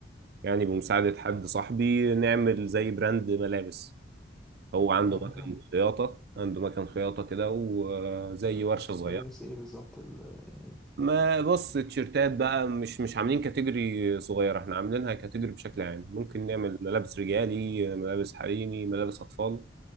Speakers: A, on the right; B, in the centre.
A: يعني بمساعدة حد صاحبي نعمل زي براند ملابس هو عنده
B: أيوه
A: مكان
B: فاهم
A: خياطة عنده مكان خياطة كده وزي ورشة صغيرة
B: ملابس إيه بالظبط ال- يعني
A: ما بص التيشيرتات بقى مش مش عاملين كاتيجوري صغيرة احنا عاملينها كاتيجوري بشكل عام ممكن نعمل ملابس رجالي ملابس حريمي ملابس أطفال